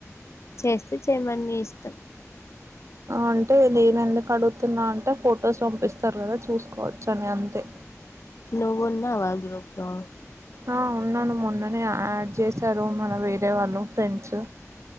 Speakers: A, on the left; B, on the right.
A: చేస్తే చెయ్యమని నీ ఇష్టం
B: అంటే నేను ఎందుకు అడుగుతున్నా అంటే ఫొటోస్ పంపిస్తారు కదా చూసుకోవచ్చు అని అంతే
A: నువ్వు ఉన్నావా గ్రూపు లో
B: ఆ ఉన్నాను మొన్న నే నే యాడ్ చేసారు మన వేరే వాళ్ళు ఫ్రెండ్స్